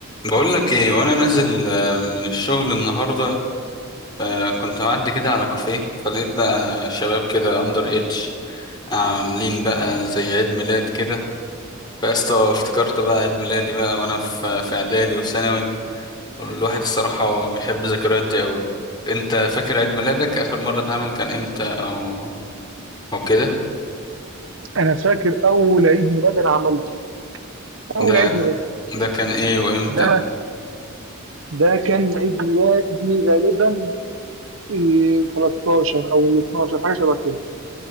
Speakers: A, on the left (about 20°); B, on the right (about 65°).
A: بقول لك ايه وانا نازل آه، من الشغل النهارده آه، كنت معدي كده على كافيه فلقيت بقى شباب كده اندر ايدج عاملين بقى زي عيد ميلاد كده فاستا افتكرت بقى عيد ميلادي بقى وانا في في اعدادي وثانوي الواحد الصراحه بيحب الذكريات دي قوي انت فاكر عيد ميلادك اخر مره اتعمل كان امتى او او كده
B: انا فاكر اول عيد ميلاد انا عملته اول
A: ده
B: عيد ميلاد
A: ده كان ايه وامتى
B: ده ده كان عيد ميلادي غالبا إيه 13 او ال 12 حاجه شبه كده